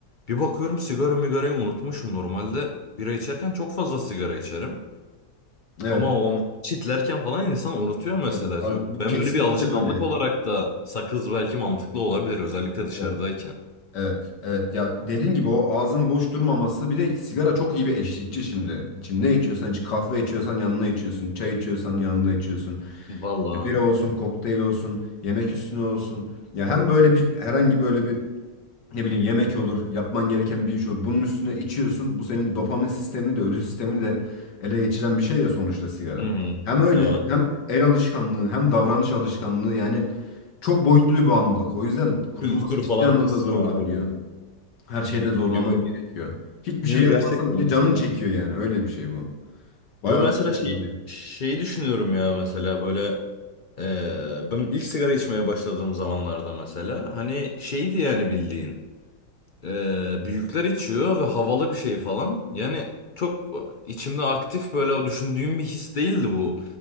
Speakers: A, on the left (about 50°); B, on the left (about 85°).
A: bir bakıyorum sigara migarayı unutmuşum. Normalde bira içerken çok fazla sigara içerim.
B: Evet.
A: Ama o çitlerken falan insan unutuyor mesela.
B: Evet, abi bu
A: Ben
B: kesinlikle
A: böyle bir alışkanlık
B: böyle.
A: olarak da sakız belki mantıklı olabilir özellikle dışarıdayken.
B: Evet, evet, evet. Ya dediğin gibi o ağzın boş durmaması bir de sigara çok iyi bir eşlikçi şimdi. Şimdi ne içiyorsan iç, kahve içiyorsan yanına içiyorsun, çay içiyorsan yanında içiyorsun.
A: Vallahi.
B: İşte Bira olsun, kokteyl olsun, yemek üstüne olsun. Ya hem böyle bir herhangi böyle bir ne bileyim yemek olur, yapman gereken bir iş olur. Bunun üstüne içiyorsun. Bu senin dopamin sistemini de ödül sistemini de ele geçiren bir şey ya sonuçta sigara.
A: Hı hı.
B: Hem öyle
A: Evet.
B: hem el alışkanlığı hem davranış alışkanlığı yani çok boyutlu bir bağımlılık. O yüzden kurtulması
A: Kültür
B: ciddi
A: falan
B: anlamda
A: kısmı
B: zor olabiliyor.
A: harbiden.
B: Her şeyde zorlaman
A: Yo, ge-
B: gerekiyor. Hiçbir
A: yo
B: şey yapmazsan
A: gerçekten
B: bile
A: mesela.
B: canın çekiyor yani. Öyle bir şey bu. Bayağı
A: Yo mesela
B: zor
A: şey,
B: olabiliyor.
A: şeyi düşünüyorum ya mesela böyle Ee, ben ilk sigara içmeye başladığım zamanlarda mesela hani şeydi yani bildiğin ee, büyükler içiyor ve havalı bir şey falan yani çok içimde aktif böyle o düşündüğüm bir his değildi bu